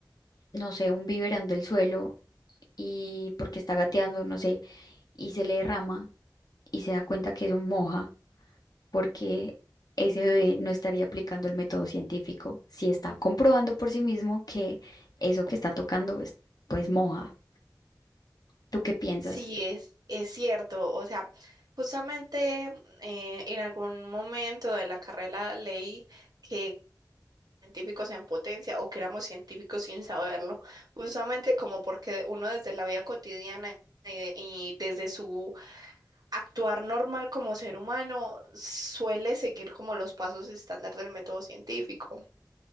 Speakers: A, on the left; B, on the right.
A: no sé, un biberón del suelo y porque está gateando, no sé y se le derrama y se da cuenta que es un moja porque ese bebé no estaría aplicando el método científico si está comprobando por sí mismo que eso que está tocando es pues moja. ¿Tú qué piensas?
B: Sí, es, es cierto. O sea, justamente eh, en algún momento de la carrera leí que científicos en potencia o que éramos científicos sin saberlo, justamente como porque uno desde la vida cotidiana y, de- y desde su actuar normal como ser humano suele seguir como los pasos estándar del método científico.